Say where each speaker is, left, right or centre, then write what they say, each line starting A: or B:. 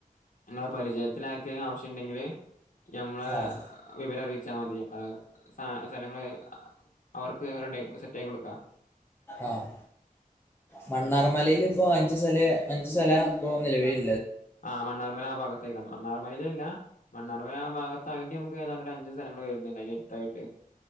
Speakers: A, on the left; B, on the left.
A: ഇങ്ങളെ പരിചയത്തിൽ ആർക്കെങ്കിലും ആവശ്യണ്ടെങ്കിൽ ഞമ്മളെ
B: ആഹ്
A: വിവരറി വച്ചാൽ മതി പ്പോ സ് സ്ഥലങ്ങൾ അവർക്ക് റെഡിയാ സെറ്റ് ആക്കി കൊടുക്ക.
B: ആഹ് മണ്ണാർമലയിൽ ഇപ്പോ അഞ്ചു സ്ഥല അഞ്ചു സ്ഥല ഇപ്പോ നിലവിലി
A: ആ മണാർമല ആ ഭാഗത്തായ്ക്കാണ്ട് മണ്ണാർമലയിലല്ല മണ്ണാർമല ആ ഭാഗത്തായി നമുക്ക് ഏതാണ്ട് അഞ്ചു സ്ഥലങ്ങൾ വരുന്നുണ്ട് അതിന്റെ അടുത്തായിട്ട്.